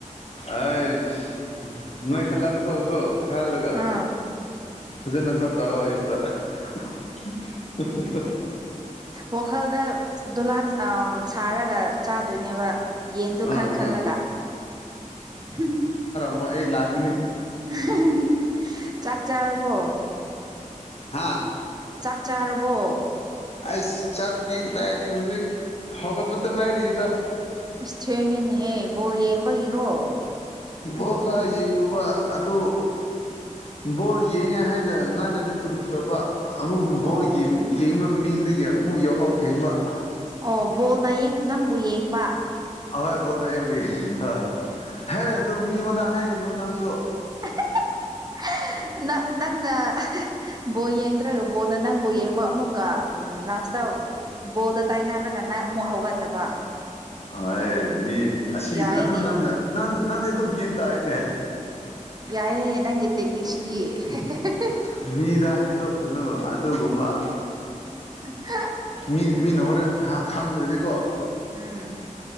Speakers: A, on the left (about 50°); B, on the right (about 30°).
A: ꯑꯩꯁ ꯅꯣꯏ ꯈꯜꯂꯛꯀꯗꯧꯕꯗꯨ ꯈꯜꯂꯒ
B: ꯑꯥ
A: ꯐꯖꯅ ꯆꯥꯛ ꯆꯥꯎꯋꯣ ꯑꯌꯨꯛꯇ ꯍꯨꯍꯨꯍꯨ
B: ꯋꯥꯈꯜꯗ ꯗꯣꯂꯥꯟ ꯑ ꯁꯥꯔꯒ ꯆꯥꯠ ꯗꯣꯏꯅꯦꯕ ꯌꯦꯟꯗꯣ
A: ꯑꯥ
B: ꯈꯟ ꯈꯜꯂꯒ
A: ꯑꯥ
B: ꯍꯝ
A: ꯃꯣ ꯑꯩ ꯂꯥꯛ
B: <unintelligible> ꯆꯥꯛ ꯆꯥꯔꯕꯣ
A: ꯍꯥꯥ
B: ꯆꯥꯛ ꯆꯥꯔꯕꯣ
A: ꯑꯩꯁ ꯆꯥꯛꯇꯤ ꯀꯗꯥꯏꯗꯒꯤ ꯍꯨꯖꯤꯛ ꯍꯧꯒꯠꯄꯇ ꯉꯥꯏꯔꯤꯌꯦꯗ
B: ꯑꯁ ꯊꯦꯡꯉꯦꯅꯦꯍꯦ ꯕꯣꯜ ꯌꯦꯡꯕꯒꯤꯔꯣ
A: ꯕꯣꯜ ꯈꯔ ꯌꯦꯡꯔꯨꯕ ꯑꯗꯨ ꯕꯣꯜ ꯌꯦꯡꯉꯦ ꯍꯥꯏꯅ ꯉꯟꯅꯗꯤ ꯇꯨꯝꯈ꯭ꯔꯕ ꯑꯃꯨꯛ ꯕꯣꯜꯒꯤ
B: ꯑꯣ
A: ꯌꯦꯡꯕ ꯃꯤꯡꯗꯒꯤ ꯑꯃꯨꯛ ꯌꯥꯍꯧ ꯊꯦꯡꯕ
B: ꯑꯣ ꯕꯣꯜꯅ ꯌꯦꯡ ꯅꯪꯕꯨ ꯌꯦꯡꯕ
A: ꯑ ꯍꯣꯏ ꯕꯣꯜꯅ ꯑꯩꯕꯨ ꯍꯦꯡꯕ ꯍꯦ ꯑꯗꯨ ꯃꯤꯉꯣꯟꯗ ꯍꯥꯏꯒꯅꯨ ꯅꯪꯁꯨ
B: ꯑꯦꯍꯦꯍꯦ ꯅ ꯅꯪꯅ ꯑꯍꯦ ꯕꯣꯜ ꯌꯦꯡꯗ꯭ꯔꯒ ꯕꯣꯜꯅ ꯅꯪ ꯕꯨ ꯌꯦꯡꯕ ꯑꯃꯨꯛꯀ ꯎꯝ ꯂꯥ꯭ꯁꯇ ꯕꯣꯜꯗ ꯇꯥꯏꯅꯔ ꯒ ꯅ ꯑꯃꯨꯛ ꯍꯧꯒꯠꯇꯕꯥ
A: ꯑꯥꯏ ꯃꯤ ꯑꯁꯤ
B: ꯌꯥꯏꯌꯦꯅꯦ
A: ꯑꯗꯨ ꯅꯪꯅ ꯅꯪ ꯅꯪꯗꯤ ꯑꯗꯨꯝ ꯒꯦꯟ ꯇꯥꯏꯌꯦꯅꯦ
B: ꯌꯥꯏꯌꯦ ꯅꯪꯒꯤ ꯇꯦꯛꯅꯤꯛꯁꯤꯗꯤ ꯍꯦ ꯍꯦ ꯍꯦ
A: ꯃꯤꯗ ꯍꯥꯏꯗꯣꯛꯀꯅꯨ ꯑꯗꯨꯒꯨꯝꯕ
B: ꯍꯦ <unintelligible>
A: ꯃꯤ ꯃꯤꯅ ꯍꯣꯔꯦꯟ ꯍꯥ ꯈꯪꯒ꯭ꯔꯗꯤꯀꯣ
B: ꯎꯝ